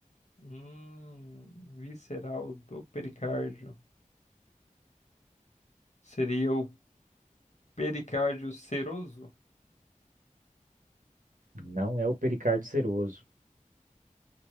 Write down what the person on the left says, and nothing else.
Hum, visceral do pericárdio. Seria o pericárdio seroso?